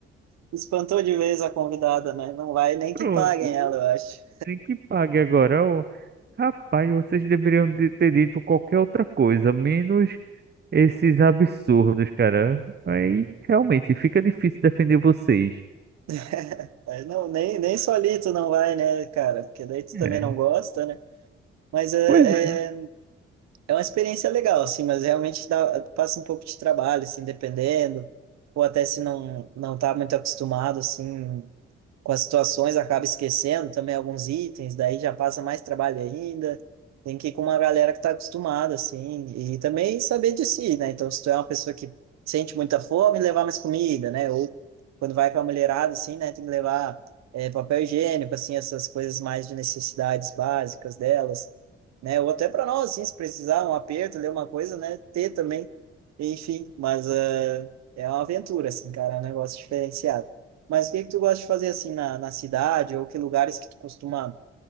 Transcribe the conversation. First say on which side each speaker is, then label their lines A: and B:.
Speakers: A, on the right; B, on the right.
A: espantou de vez a convidada, né? Não vai nem
B: Pronto.
A: que paguem ela, eu acho.
B: Tem que pague agora. ô. Rapaz, vocês deveriam de- ter dito qualquer outra coisa, menos esses absurdos, cara. Aí realmente fica difícil defender vocês.
A: <laughs> Mas não, nem, nem solito não vai, né, cara? Porque daí tu
B: É.
A: também não gosta, né? Mas é,
B: Pois é.
A: é, é uma experiência legal, assim, mas realmente dá, passa um pouco de trabalho, assim, dependendo, ou até se não não tá muito acostumado, assim, com as situações, acaba esquecendo também alguns itens, daí já passa mais trabalho ainda, tem que ir com uma galera que tá acostumada, assim, e também saber de si, né? Então, se tu é uma pessoa que sente muita fome, levar mais comida, né? Ou quando vai com a mulherada, assim, né, tem que levar é, papel higiênico, assim, essas coisas mais de necessidades básicas delas, né? Ou até para nós, assim, se precisar um aperto, ler uma coisa, né? Ter também, enfim, mas ah, é uma aventura, assim, cara, é um negócio diferenciado. Mas o que que tu gosta de fazer, assim, na, na cidade, ou que lugares que tu costuma